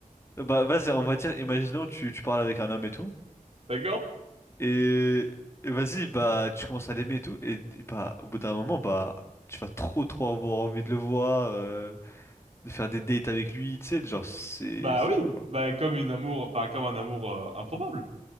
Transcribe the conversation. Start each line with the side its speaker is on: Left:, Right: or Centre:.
Left: Bah, vas-y, on va dire, imaginons, tu, tu parles avec un homme et tout,
Right: d'accord?
Left: et, et vas-y, bah, tu commences à l'aimer et tout, et, et bah, au bout d'un moment, bah, tu vas trop, trop avoir envie de le voir, euh, de faire des dates avec lui, tu sais, genre, c'est,
Right: Bah
Left: c'est
Right: oui,
Left: chaud, là.
Right: bah comme une amour, bah comme un amour euh, improbable.